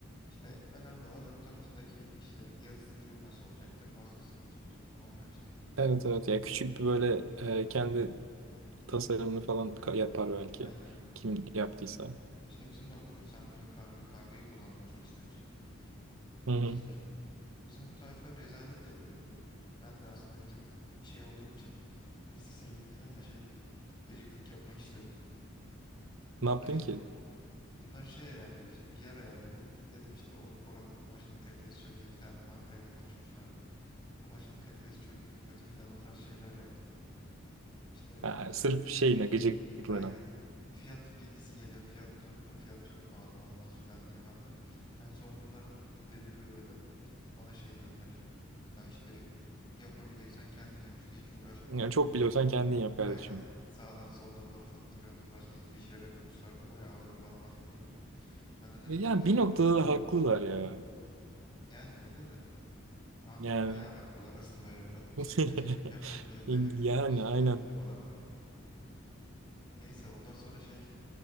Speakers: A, on the left; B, on the right.
A: İşte önemli olan ön tarafındaki işte yazı stili nasıl olacaktır, baskısı nasıl olacak falan onlar işte.
B: Evet evet. Ya küçük bir böyle e, kendi tasarımını falan ka- yapar belki.
A: Aynen.
B: Kim yaptıysa.
A: İşte bizim de okulun sembolü karga. Kargayı kullanmayı çok istemiştik.
B: Hı hı.
A: Neyse bizim bu tayfa rezalet yapıyordu. Ben de aslında bir tık şey olduğum için eski sevgilim falan ya şey bir tık gıcıklık yapmak istiyordum.
B: Ne
A: Bunlar
B: yaptın
A: işte
B: ki?
A: bunlar şey ayarlıyordu işte bir yer ayarladı ilk. Dedim işte or- oranın kumaşının kalitesi çok kötü. Bir tane markayla konuşmuşlardı. Kumaşının kalitesi çok kötü filan o tarz şeyler yaptım. İşte
B: Ha, sırf şeyine, gıcıklığına.
A: aynen fiyat bilgisi geliyor. Fiyat diyorum bu fiyat çok pahalı olmaz filan bilmem ne. En son bunlar bıktı delirdi böyle. Bana şey dediler. Ya işte yapabileceksen kendin yap işte hiç uğraşmıyorsunuz
B: Yani çok
A: oradan
B: biliyorsan kendin
A: <laughs>
B: yap kardeşim.
A: aynen sağdan soldan laf atıp duruyorsunuz başka hiçbir işe yaramıyorsunuz tarzı bayağı ağır bana laf ettiler. Ben dedim
B: E, yani
A: yaparım.
B: bir noktada da haklılar ya.
A: Yani öyle de hak,
B: Yani
A: bayağı haklılar aslında ya. Ben
B: <laughs>
A: sırf gıcıklık yapacağım diye dedik,
B: Yani
A: şey,
B: aynen.
A: dedirttim adamları. Neyse ondan sonra şey